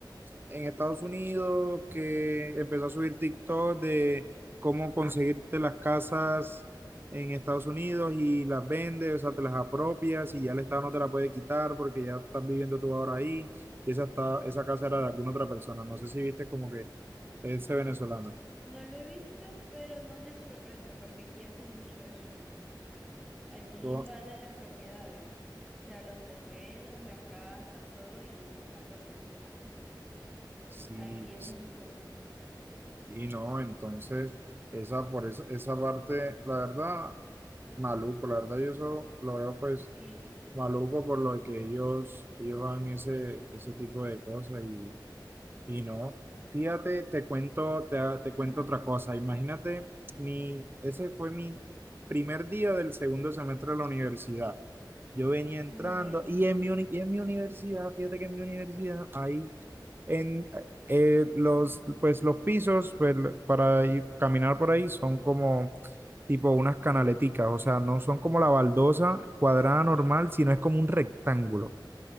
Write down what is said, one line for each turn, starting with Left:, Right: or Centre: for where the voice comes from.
Right: en Estados Unidos que empezó a subir TikTok de cómo conseguirte las casas en Estados Unidos y las vendes, o sea, te las apropias y ya el Estado no te la puede quitar porque ya estás viviendo tú ahora ahí y esa, está, esa casa era de alguna otra persona. No sé si viste como que ese
Centre: mm,
Right: venezolano.
Centre: No lo he visto, pero no me sorprende porque aquí hacen mucho eso. Aquí
Right: Yo,
Centre: invaden las propiedades, o sea, los terrenos, las casas, todo, y se las apropian, pues.
Right: sí,
Centre: Aquí eso
Right: sí,
Centre: es muy común.
Right: y no, entonces, esa, por esa, esa parte, la verdad, maluco, la verdad, yo eso lo veo pues
Centre: Sí,
Right: Maluco por lo que ellos, ellos hagan ese, ese tipo de cosas y, y no. Fíjate, te cuento, te, te cuento
Centre: ajá.
Right: otra cosa. Imagínate, mi, ese fue mi primer día del segundo semestre de la universidad. Yo venía entrando
Centre: Ay.
Right: y en mi, uni- y en mi universidad, fíjate que en mi universidad hay en eh, los, pues los pisos pues, para ir- caminar por ahí son como tipo unas canaleticas, o sea, no son como la baldosa cuadrada
Centre: Ok.
Right: normal, sino es como un rectángulo,